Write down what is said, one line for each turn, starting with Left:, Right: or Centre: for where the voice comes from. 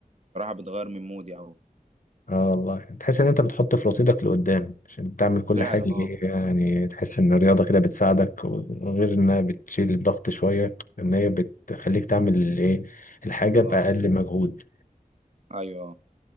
Right: بتغير من مودي أوي
Left: اه والله تحس ان انت بتحط في رصيدك لقدام عشان تعمل كل
Right: فعلا
Left: حاجة
Right: اه
Left: ايه يعني تحس ان الرياضة كده بتساعدك وغير انها بتشيل الضغط شوية ان هي بتخليك تعمل الايه الحاجة بأقل
Right: اه
Left: مجهود
Right: ايوه